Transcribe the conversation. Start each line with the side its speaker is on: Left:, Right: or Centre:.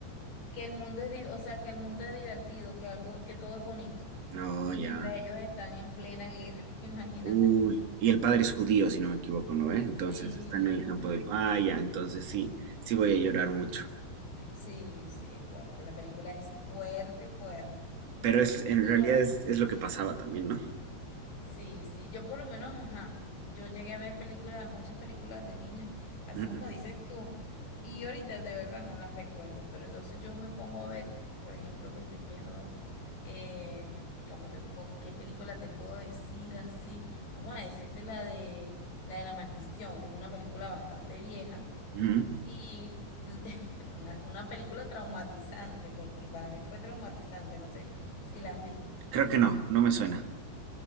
Left: que el mundo es, di- o sea, que el mundo es divertido, que algo, que todo es bonito.
Right: Oh,
Left: Y
Right: ya.
Left: mientras ellos están en plena guerra, <laughs> imagínate
Right: Uy,
Left: tú.
Right: y el padre es judío, si no me equivoco, ¿no? ¿Eh? Entonces
Left: Sí,
Right: está en
Left: él
Right: el
Left: es judío.
Right: campo de... Ah, ya, entonces sí, sí voy a llorar mucho.
Left: Sí, sí, es fuerte. La película es fuerte, fuerte.
Right: Pero es, en
Left: Y
Right: realidad
Left: bueno,
Right: es, es lo que pasaba también, ¿no?
Left: Sí, sí, yo por lo menos, ajá, yo llegué a ver películas, muchas películas de niña, así
Right: Ujú,
Left: como dices tú, y ahorita de verdad no las recuerdo, pero entonces yo me pongo a ver, por ejemplo, que estén viendo, eh, cómo te, co- qué película te puedo decir así, vamos a decirte la de, la de La Maldición, que es una película bastante vieja,
Right: ujú.
Left: Y de- <laughs> una, una película traumatizante, porque para mí fue traumatizante, no sé si la has visto.
Right: Creo que no, no me suena.